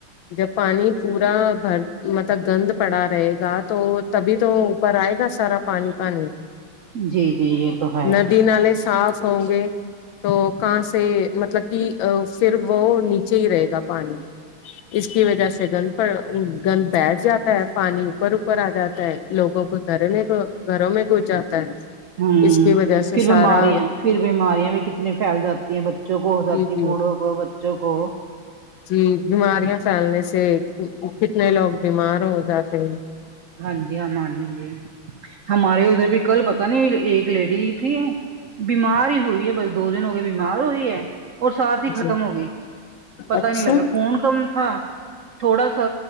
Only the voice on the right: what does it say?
جی جی یہ تو ہے
ہوں
پھر
بیماریاں پھر بیماریاں بھی کتنی پھیل جاتی ہیں بچوں کو ہو جاتی
بوڑھاؤ کو بچوں کو
ہاں جی ہمارے یہاں بھی ہمارے ادھر بھی کل پتہ نئی ایک لیڈی تھی بیمار ہی ہوئی ہے بس دو دن ہو گئے بیمار ہوئی ہے اور ساتھ ہی
ختم ہو گئی پتا
نہیں لگا خون کم تھا تھوڑا سا